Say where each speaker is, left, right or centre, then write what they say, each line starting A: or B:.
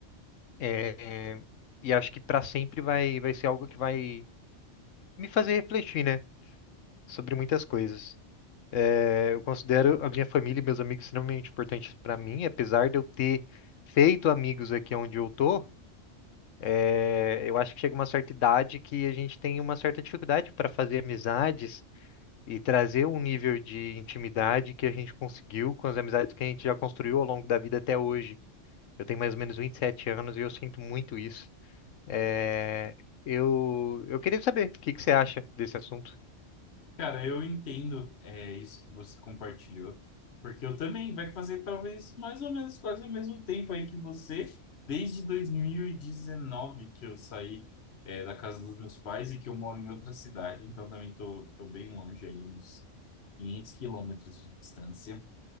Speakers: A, on the left; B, on the left.
A: É, e acho que para sempre vai, vai ser algo que vai me fazer refletir, né? Sobre muitas coisas. É, eu considero a minha família e meus amigos extremamente importantes para mim, apesar de eu ter feito amigos aqui onde eu tô. é, eu acho que chega uma certa idade que a gente tem uma certa dificuldade para fazer amizades e trazer um nível de intimidade que a gente conseguiu com as amizades que a gente já construiu ao longo da vida até hoje. Eu tenho mais ou menos 27 anos e eu sinto muito isso. É, eu, eu queria saber o que que você acha desse assunto.
B: Cara, eu entendo é, isso que você compartilhou, porque eu também vai fazer talvez mais ou menos quase o mesmo tempo aí que você, desde 2019 que eu saí é, da casa dos meus pais e que eu moro em outra cidade, então também tô, tô bem longe aí, uns 500 quilômetros de distância.